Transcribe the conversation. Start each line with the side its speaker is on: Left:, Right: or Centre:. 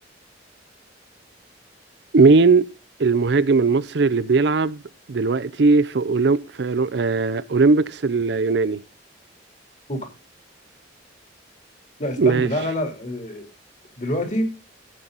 Right: مين المهاجم المصري اللي بيلعب دلوقتي في أولم... في أولم... آه... أولمبيكس اليوناني
Left: كوكا لا استنى
Right: ماشي
Left: لا لا لا آه، دلوقتي